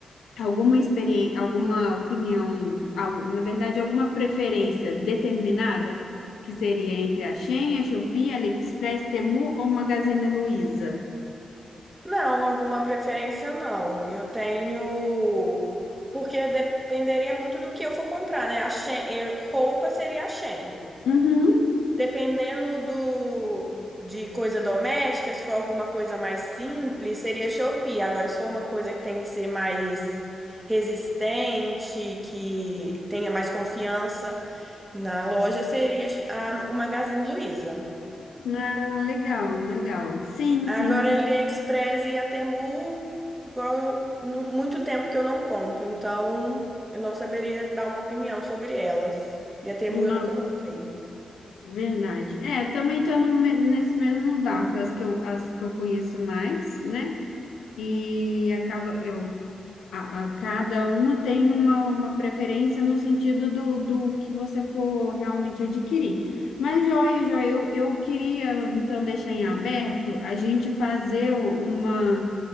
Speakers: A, on the left; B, on the right.
A: alguma experiência, alguma opinião, al- na verdade, alguma preferência determinada, que seria entre a Shein, a Shopee, AliExpress, Temu ou Magazine Luiza?
B: Não, alguma preferência não. Eu tenho. Porque dependeria muito do que eu for comprar, né? A Shein- eu- Roupa seria a Shein.
A: Uhum.
B: Dependendo do, de coisa doméstica, se for alguma coisa mais simples, seria Shopee. Agora, se for uma coisa que tem que ser mais resistente, que tenha mais confiança na loja, seria a- o Magazine Luiza.
A: Ah, legal, legal. Sim,
B: Agora,
A: sim.
B: AliExpress e a Temu, igual eu, nu- muito tempo que eu não compro, então eu não saberia dar uma opinião sobre elas. E a Temu
A: Não,
B: eu nunca comprei.
A: verdade. É, também estou nesse mesmo barco, as que eu, as que eu conheço mais, né? E acaba eu a, a- cada uma tem uma, uma preferência no sentido do, do que você for realmente adquirir. Mas, joia, joia, eu, eu queria então deixar em aberto a gente fazer uma,